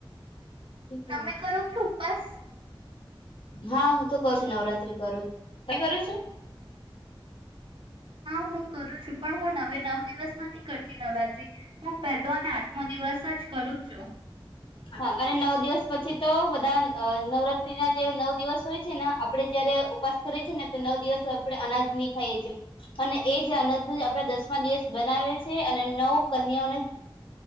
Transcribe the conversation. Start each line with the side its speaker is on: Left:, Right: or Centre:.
Left: હમ
Right: તમે કરો કે ઉપાસ?
Left: હા હું તો કવ છું નવરાત્રી કરું છ તે કરયુ છે.
Right: હા હું કરું છું પણ હું નવે નવ દિવસ નથી કરતી નવરાત્રી હું પહેલો અને આઠમો દિવસ જ કરું છું.
Left: હા અને નવ દિવસ પછી તો બધા નવરાત્રી ના જે નવ દિવસ હોય છે ને આપડે જયારે ઉપાસ કરીએ છીએ ને તો નવ દિવસ આપણે અનાજ ની ખાઈએ છીએ અને એ જ અનાજ ને આપણેે દસમા દિવસ બનાવીએ છીએ અને નવ કન્યા ને